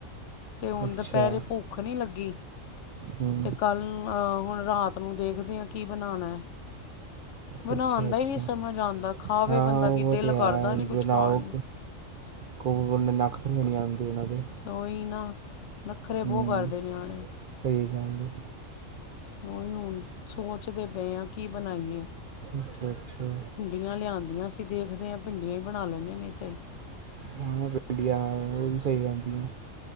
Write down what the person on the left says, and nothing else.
ਤੇ ਹੁਣ
ਦੁਪਹਿਰੇ ਭੁੱਖ ਨਹੀਂ ਲੱਗੀ।
ਤੇ ਕੱਲ ਅ ਹੁਣ ਰਾਤ ਨੂੰ, ਦੇਖਦੇ ਹਾਂ ਕੀ ਬਣਾਉਣਾ ਹੈ। ਬਣਾਉਣ
ਦਾ ਹੀ ਨਹੀਂ ਸਮਝ ਆਉਂਦਾ ਖਾਵੇ
ਬੰਦਾ
ਕਿ ਦਿਲ
ਕਰਦਾ ਨਹੀਂ ਕੁਛ
ਖਾਣ ਨੂੰ
ਉਹੀ ਨਾ, ਨੱਖਰੇ ਬਹੁ
ਕਰਦੇ ਨਿਆਣੇ।
ਉ ਓਹੀ ਹੁਣ ਸੋਚਦੇ ਪਏ ਆ, ਕੀ ਬਣਾਈਏ?
ਭਿੰਡੀਆਂ ਲਿਆਂਦੀਆਂ ਸੀਂ। ਦੇਖਦੇ ਹਾਂ, ਭਿੰਡੀਆਂ ਹੀ ਬਣਾ ਲੈਂਦੇ ਨੀ ਤੇ।